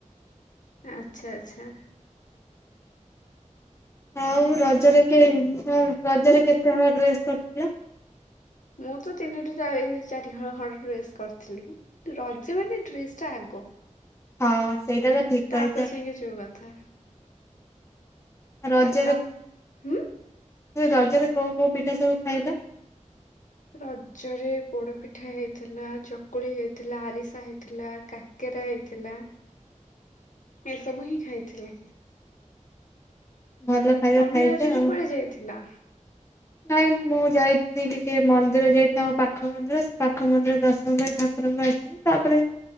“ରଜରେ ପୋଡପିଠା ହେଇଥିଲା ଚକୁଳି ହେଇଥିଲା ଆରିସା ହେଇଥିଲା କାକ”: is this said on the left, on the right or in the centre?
Left